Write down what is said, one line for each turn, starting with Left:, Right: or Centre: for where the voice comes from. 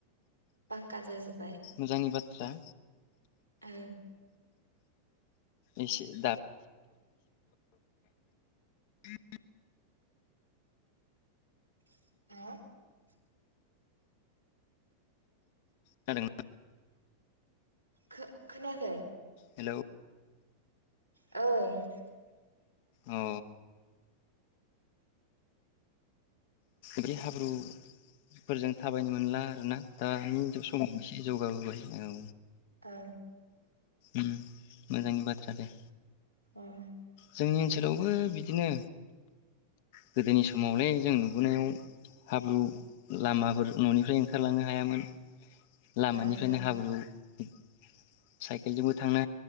Right: पाक्का जा जोब
Left: मोजांनि बाथ थ्रा
Right: ओ
Left: इसे दा <unintelligible>
Right: <unintelligible>
Left: खोनादों ना
Right: ख खोनायाखै
Left: हेलौ
Right: औ
Left: औ बे हाब्रुफोरजों थाबायनो मोनला आरोना आनि जौ समाव एसे जौगाबोबाय। औ
Right: ओ
Left: उम मोजांनि बाथ्रा दे।
Right: ओं
Left: जोंनि ओनसोलावबो बिदिनो गोदोनि समावलाय जों नुबोनायाव हाब्रु लामाफोर न'निफ्राय ओंखारलांनो हायामोन। लामानिफ्रायनो
Right: ओं
Left: हाब्रु <inaudible> साइ केलजोंबो थांनो